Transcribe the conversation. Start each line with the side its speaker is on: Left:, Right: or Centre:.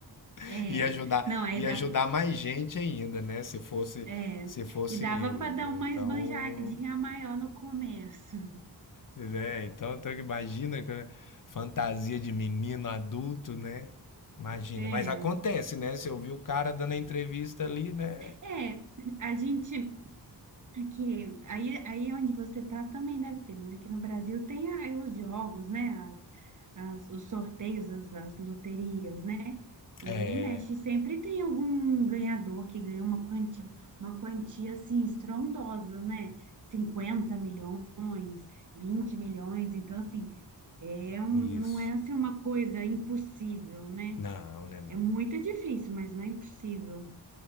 Left: <laughs>
Right: É,
Left: Ia ajudar,
Right: não, aí
Left: ia
Right: dá.
Left: ajudar mais gente ainda, né? Se fosse,
Right: É,
Left: se fosse
Right: e dava
Left: em euros,
Right: para dar
Left: né?
Right: uma
Left: Então,
Right: esbanjadinha maior no começo.
Left: né? Então, então imagina que- fantasia de menino adulto, né? Imagina,
Right: É,
Left: mas acontece, né? Você ouviu o cara dando a entrevista ali, né?
Right: é, a gente. Aqui, aí, aí onde você tá também deve ter, mas aqui no Brasil tem aí os jogos, né? As, as- os sorteios, as, as loterias, né? E
Left: É,
Right: vira e mexe, sempre tem algum ganhador que ganha uma quantia, uma quantia assim estrondosa, né? cinquenta milhões, 20 milhões, então assim, é um,
Left: Isso.
Right: não é assim uma coisa impossível, né?
Left: Não, né, não.
Right: É muito difícil, mas não é impossível.